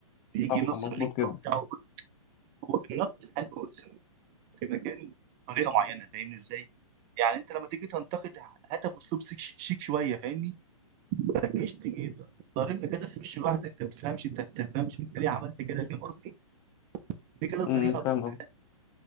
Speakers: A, on the right (about 35°); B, on the left (about 35°).
A: بيجي
B: صح
A: ينسق
B: مظبوط
A: الايد
B: جدا
A: بتاعه هو النقد حلو بس في مكانه بطريقه معينه فاهمني ازاي؟ يعني انت لما تيجي تنتقد هاتها باسلوب شيك شيك شويه فاهمني؟ ما تجيش تيجي ضاربها كده في وش الواحد انت ما بتفهمش انت ما بتفهمش انت ليه عملت كده فاهم قصدي؟ في كده طريقه
B: امم فاهم
A: بتبقى
B: قصدي
A: حلوه